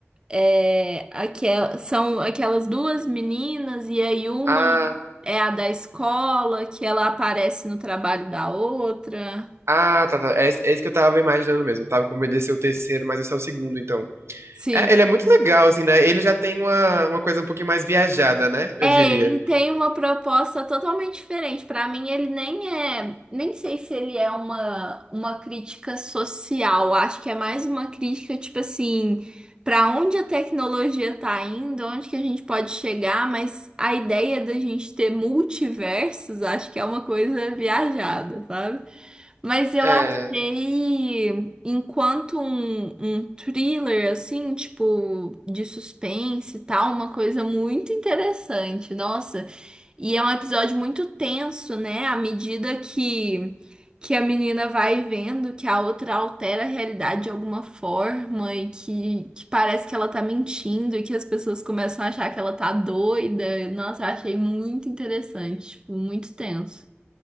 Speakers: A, on the right (about 20°); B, on the right (about 65°).
A: É, aquel- são aquelas duas meninas, e aí uma
B: Ah,
A: é a da escola, que ela aparece no trabalho da outra.
B: ah, tá, tá. É, esse é esse que eu tava imaginando mesmo. Tava com medo de ser o terceiro, mas esse é o segundo, então.
A: Sim.
B: É, ele é muito legal, assim, né? Ele já tem uma, uma coisa um pouquinho mais viajada, né? Eu
A: É,
B: diria.
A: ele tem uma proposta totalmente diferente. Para mim, ele nem é, nem sei se ele é uma, uma crítica social. Acho que é mais uma crítica, tipo assim, para onde a tecnologia tá indo, onde que a gente pode chegar, mas a ideia da gente ter multiversos, acho que é uma coisa viajada, sabe? Mas eu
B: É,
A: achei, enquanto um, um thriller, assim, tipo, de suspense e tal, uma coisa muito interessante, nossa. E é um episódio muito tenso, né? À medida que, que a menina vai vendo que a outra altera a realidade de alguma forma e que, que parece que ela tá mentindo e que as pessoas começam a achar que ela tá doida. Nossa, eu achei muito interessante, tipo, muito tenso.